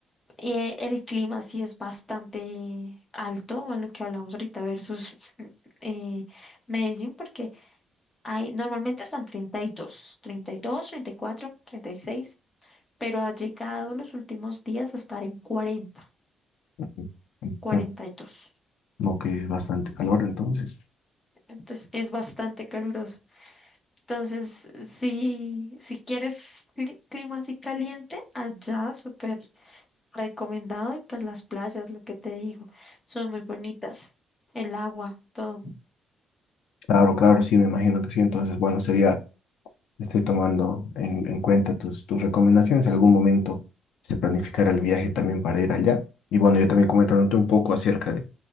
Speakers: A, on the left; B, on the left.
A: Y eh, el clima sí es bastante alto, a lo que hablamos ahorita versus eh, Medellín, porque hay, normalmente están treinta treinta treinta y y y dos, dos, cuatro, treinta y seis, pero ha llegado los últimos días a estar en cuarenta,
B: Mm, mm,
A: cuarenta
B: mm,
A: y dos.
B: Ok, es bastante calor entonces.
A: Entonces es bastante caluroso. Entonces, si, si quieres cli- clima así caliente, allá súper recomendado y pues las playas, lo que te digo, son muy bonitas, el agua, todo.
B: Claro, claro, sí, me imagino que sí. Entonces, bueno, sería, estoy tomando en, en cuenta tus, tus recomendaciones. En algún momento se planificará el viaje también para ir allá. Y bueno, yo también comentándote un poco acerca de,